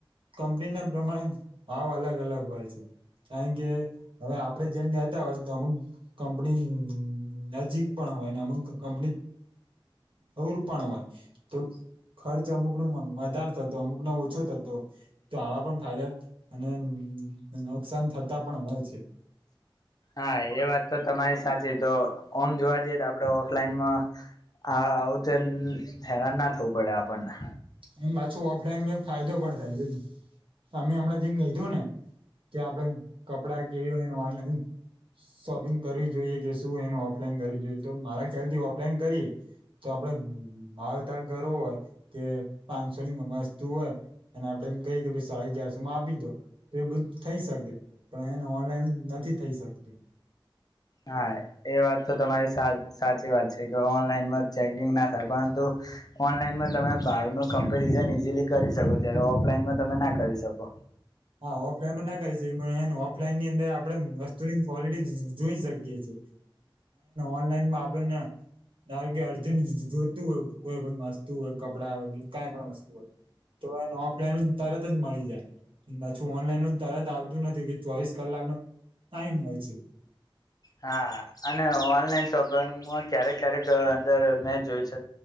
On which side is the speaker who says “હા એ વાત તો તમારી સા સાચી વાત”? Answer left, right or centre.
Left